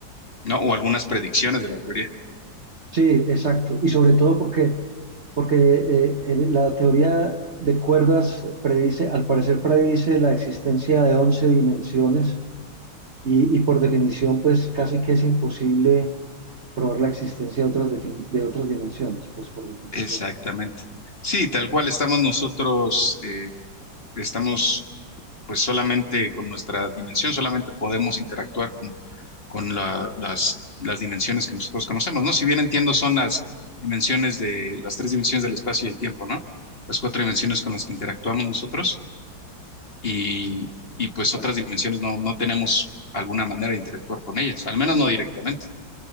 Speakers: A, on the left; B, on the right.
A: ¿no? O algunas predicciones de la teoría.
B: Sí, exacto. Y sobre todo porque, porque eh, el- la teoría de cuerdas predice, al parecer predice la existencia de once dimensiones y, y por definición, pues casi que es imposible probar la existencia de otras, defin- de otras dimensiones, pues por definición.
A: Exactamente. Sí, tal cual estamos nosotros, eh, estamos pues solamente con nuestra dimensión, solamente podemos interactuar con, con la- las, las dimensiones que nosotros conocemos, ¿no? Si bien entiendo son las dimensiones de las tres dimensiones del espacio y el tiempo, ¿no? Las cuatro dimensiones con las que interactuamos nosotros y,
B: Sí,
A: y pues
B: exacto.
A: otras dimensiones no, no tenemos alguna manera de interactuar con ellas, al menos no directamente.